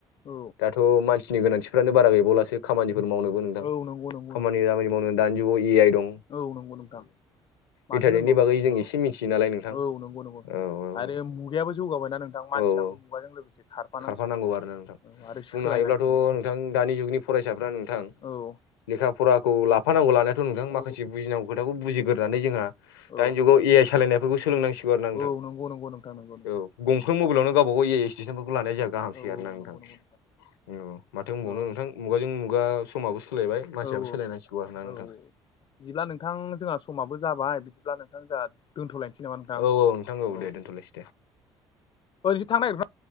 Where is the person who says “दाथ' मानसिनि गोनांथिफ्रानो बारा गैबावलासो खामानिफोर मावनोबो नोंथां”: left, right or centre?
Left